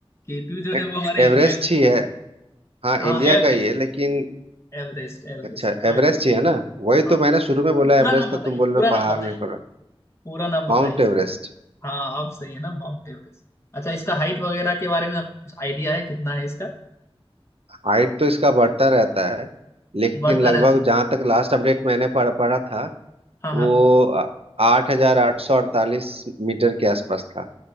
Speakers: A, on the left (about 25°); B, on the right (about 70°).
A: केटू जो है
B: ए-
A: वो हमारे
B: एवरेस्ट
A: इंडिया का
B: ही है हाँ
A: हाँ
B: इंडिया
A: एवरेस्ट
B: का ही है लेकिन
A: एवरेस्ट एवरेस्ट
B: अच्छा एवरेस्ट
A: अब
B: ही है ना वही
A: हाँ
B: तो मैंने शुरू में बोला
A: पूरा
B: एवरेस्ट
A: नाम बताइए
B: तो तुम बोल
A: पूरा
B: रहे हो
A: नाम
B: पहाड़
A: बताइए
B: नहीं पर
A: पूरा नाम बताइए
B: Mount Everest
A: हाँ आप सही है ना माउंट एवरेस्ट अच्छा इसका हाइट वगैरह के बारे में आपको कुछ आइडिया है कितना है इसका
B: हाइट तो इसका बढ़ता रहता है लेकिन
A: बढ़ता
B: लगभग
A: रहता है
B: जहाँ तक लास्ट अपडेट मैंने पढ़ पढ़ा था
A: हाँ
B: वो
A: हाँ
B: आठ हजार आठ सौ अड़तालीस मीटर के आसपास था